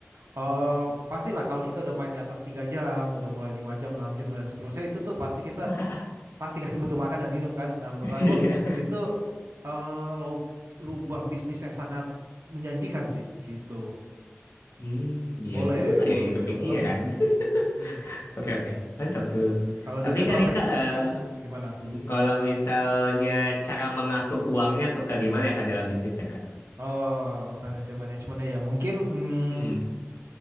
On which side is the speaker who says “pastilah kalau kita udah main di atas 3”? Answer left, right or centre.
Right